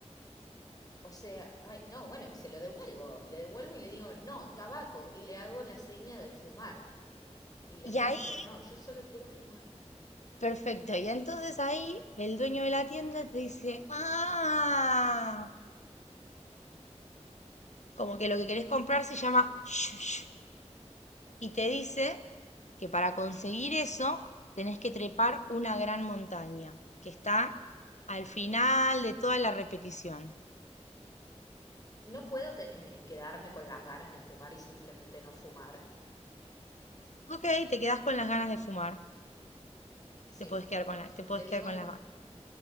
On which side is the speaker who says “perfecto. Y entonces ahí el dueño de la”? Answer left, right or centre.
Left